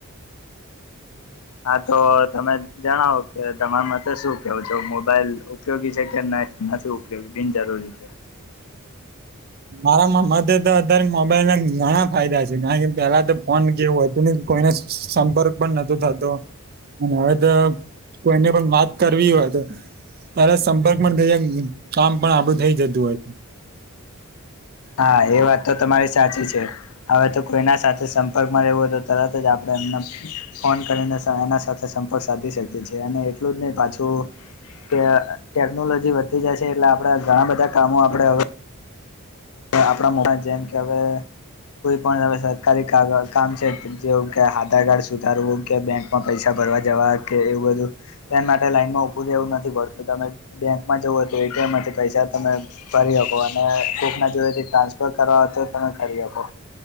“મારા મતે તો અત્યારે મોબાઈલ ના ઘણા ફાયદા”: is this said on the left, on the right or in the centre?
Right